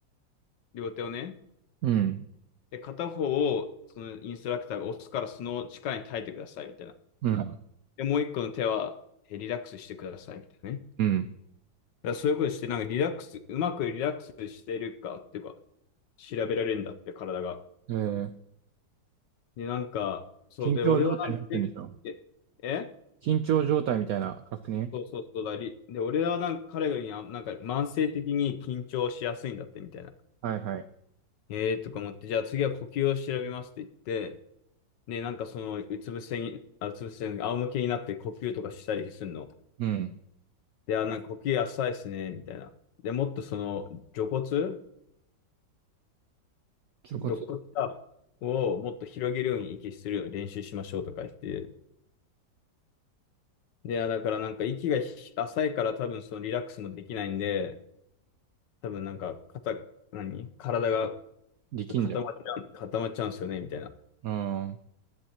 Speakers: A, on the left; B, on the right.
A: 両手をね、
B: うん、
A: で、片方をそのインストラクターが押すからその力に耐えてくださいみたいな。
B: うん、
A: で、もう一個の手は、えリラックスしてくださいみたいなね。
B: うん。
A: だからそういうことして、なんかリラックス、うまくリラックスしてるかっていうか、調べられるんだって体が。
B: えー、
A: で、なんか、そうで、
B: 緊張状態になってるんでしょ
A: 俺はなんか、え、え
B: 緊張状態みたいな確認
A: そうそうそうだり。で、俺はなんか彼がにあなんか慢性的に緊張しやすいんだってみたいな。
B: はいはい。
A: えーとか思って、じゃあ次は呼吸を調べますって言って、で、なんかその、うつ伏せに、あ、うつ伏せに、仰向けになって呼吸とかしたりするの。
B: うん。
A: で、あ、なんか呼吸浅いですね、みたいな。で、もっとその、除骨
B: ちょこ
A: 肋骨かをもっと広げるように息する練習しましょうとか言って。で、あ、だからなんか息がひ浅いから多分そのリラックスもできないんで、多分なんか肩、何体が
B: できんじゃん。
A: そう固まっちゃう、固まっちゃうんですよね、みたいな。
B: うん、うん、